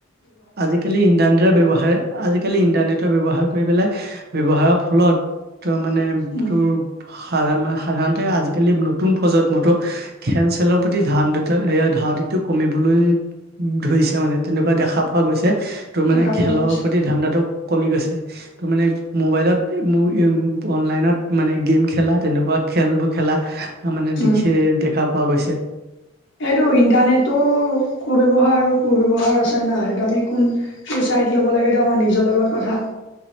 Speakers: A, on the right; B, on the left.
A: আজিকালি ইণ্টাৰনেটৰ ব্যৱহাৰে আজিকালি ইন্টাৰনেটৰ ব্যৱহাৰ কৰি পেলাই ব্যৱহাৰৰ ফলত ত মানে
B: উম
A: তোৰ সা মানে সাধাৰণতে আজিকালি নতুন প্ৰজন্মতো খেল চেলৰ প্ৰতি ধান দুটা ধান টো কমিবলৈ ধৰিছে মানে তেনেকুৱা দেখা পোৱা গৈছে তোৰ মানে
B: দেখা পোৱা
A: খেলৰ
B: গৈছে।
A: প্ৰতি ধানদাটো কমি গৈছে। ত মানে মোবাইলত মোৰ অনলাইনত মানে গেম খেলা তেনেকুৱা খেলবোৰ খেলা লা মানে
B: উম
A: দেখি দেখা পোৱা গৈছে।
B: এইটো ইণ্টাৰনেটো কু ব্যৱহাৰ আৰু সু ব্যৱহাৰ আছে না এইটো আমি কোনটো ছাইড ল'ব লাগে সেইটো আমাৰ নিজৰ লগত কথা।